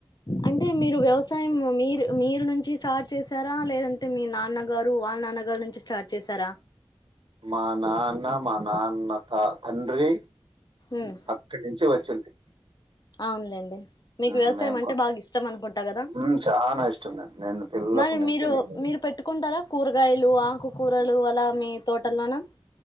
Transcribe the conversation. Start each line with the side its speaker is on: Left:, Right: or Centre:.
Left: అంటే మీరు వ్యవసాయం మీరు మీరు నుంచి స్టార్ట్ చేసారా లేదంటే మీ నాన్నగారు వాళ్ళ నాన్నగారు నుంచి స్టార్ట్ చేసారా
Right: మా నాన్న మా నాన్నత తండ్రి
Left: ఉమ్
Right: అక్కడి నుంచే వచ్చింది
Left: అవునులేండి మీకు
Right: హ్మ్.
Left: వ్యవసాయం
Right: మేము
Left: అంటే
Right: కొ
Left: బాగా ఇష్టం అనుకుంటా కదా
Right: హ్మ్. చానా ఇష్టం నేను. నేను పిల్లలప్పటి
Left: మరి
Right: నుంచి
Left: మీరు
Right: నేను
Left: మీరు పెట్టుకుంటారా కూర కాయలు ఆకుకూరలు అలా మీ తోటల్లోన